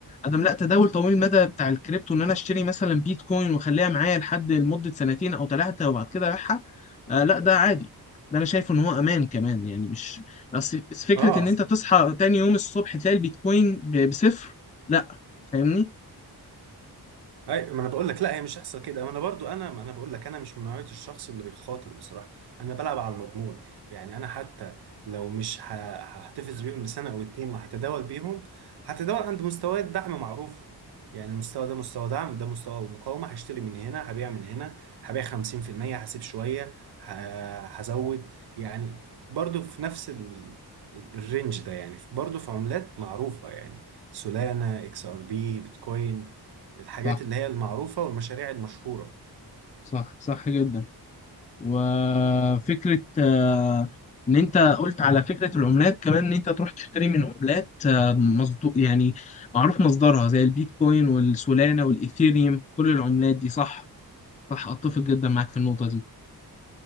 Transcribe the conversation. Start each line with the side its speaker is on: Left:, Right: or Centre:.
Left: ادم لا تداول طويل المدى بتاع الكريبتو ان انا اشتري مثلا بيتكوين واخليها معايا لحد لمده سنتين او ثلاثه وبعد كده ابيعها آه لا ده عادي ده انا شايف ان هو امان كمان يعني مش بس بس فكره
Right: اه
Left: ان انت تصحى تاني يوم الصبح تلاقي البيتكوين ب- بصفر لا فاهمني
Right: اي ما انا بقول لك لا هي مش هيحصل كده ما انا برضو انا ما انا بقول لك انا مش من نوعيه الشخص اللي بيخاطر بصراحه انا بلعب على المضمون يعني انا حتى لو مش ه- هحتفظ بيهم لسنه او اتنين وهتداول بيهم هتداول عند مستويات دعم معروفه يعني المستوى ده مستوى دعم ده مستوى مقاومه هشتري من هنا هبيع من هنا هبيع 50% هسيب شويه ه- هزود يعني برضو في نفس ال... ال- الرينج ده يعني برضو في عملات معروفه يعني سولانا اكس ار بي بيتكوين الحاجات
Left: صح
Right: اللي هي المعروفة والمشاريع المشهورة
Left: صح صح جدا وفكرة آه، إن أنت قلت على فكرة العملات كمان إن أنت تروح تشتري من عملات آه، مصدو يعني معروف مصدرها زي البيتكوين والسولانا والإيثيريوم كل العملات دي صح صح أتفق جدا معاك في النقطة دي